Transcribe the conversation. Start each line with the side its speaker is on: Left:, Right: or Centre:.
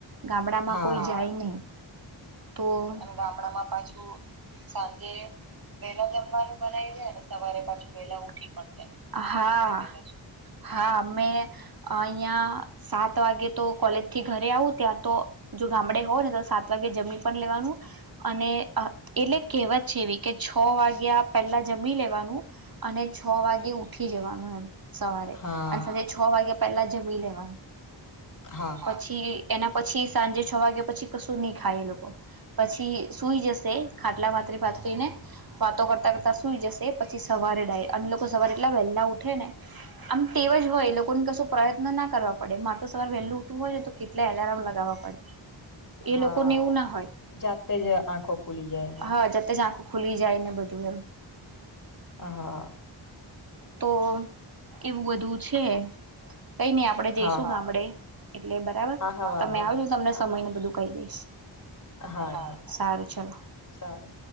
Right: ગામડામાં
Left: હા,
Right: કોઈ જાય નહીં, તો ગામડામાં પાછું. સાંજે વેલા જમવાનું બનાવી દેને, સવારે પાછું વેલા ઉઠી પણ, હા, હા અમે. અહિયાં સાત વાગે તો કોલેજથી ઘરે આવું. ત્યાં તો જો ગામડે હોવ ને, તો સાત વાગે જમી પણ લેવાનું અને. એટલે કહેવત છે, એવી કે છ વાગ્યા પહેલા જમી લેવાનું અને છ વાગે ઉઠી જવાનું એમ. સવારે
Left: હા,
Right: અને સાંજે છ વાગયા પછી પેલા જમી લેવા.
Left: હા,
Right: પછી એના પછી સાંજે છ વાગ્યા પછી કશું નહીં ખાય એ લોકો પછી સૂઈ જશે. ખાટલા પાથરી પાથરી ને વાતો કરતાં કરતા સુઈ જશે. પછી સવારે ડાયરેક અને લોકો સવારે એટલા વહેલા ઉઠે ને, આમ ટેવ જ હોય. એ લોકોને કશો પ્રયત્ન ના કરવા પડે. મારે તો સવાર વહેલું. હો ને, તો કેટલા એલારમ લગાવવા પડે! એ
Left: હા,
Right: લોકોને એવું ના હોય.
Left: જાતે જ આંખો ખુલી જાય એમની
Right: હા, જેતે જ આંખ ખુલી જાય ને બધું એમ.
Left: હા.
Right: તો એવું બધું છે. કઈ નઈ આપડે
Left: હા,
Right: જઈશું ગામડે. એટલે બરાબર
Left: હા, હા વાંધો
Right: તમે આવજો
Left: નહી.
Right: તમને
Left: હા,
Right: સમય ને બધું કહી દઈશ.
Left: હારું,
Right: હા,
Left: હારું,
Right: સારું ચાલો.
Left: સારું.